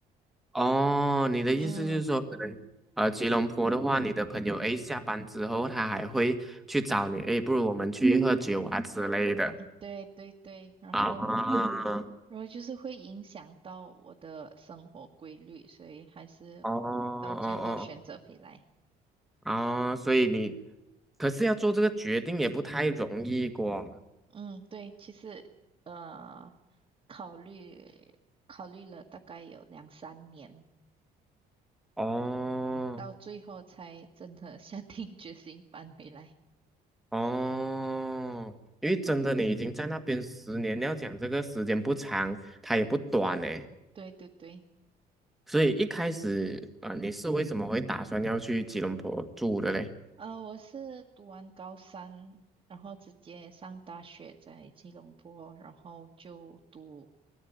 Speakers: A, in the centre; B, on the right.
A: 哦，你的意思就是说，
B: 嗯，
A: 可能呃，吉隆坡的话，你的朋友 A 下班之后，他还会去找你，诶，不如我们去喝嗯酒啊之类的
B: 对对对，然后
A: 啊。哦
B: 然后就是会影响到我的生活规律，所以还是到最后选择回来。
A: 哦哦哦，所以你可是要做这个决定也不太容易过。
B: 嗯，对，其实呃，考虑考虑了大概有两三年，
A: 哦
B: 到最后才真的 <laughs> 下定决心搬回来。
A: 哦，因为真的你已经在那边十年，要讲这个时间不长，它也不短呢。
B: 对对对，
A: 所以一开始，呃，你是为什么会打算要去吉隆坡住的嘞？
B: 呃，我是读完高三，然后直接上大学，在吉隆坡，然后就读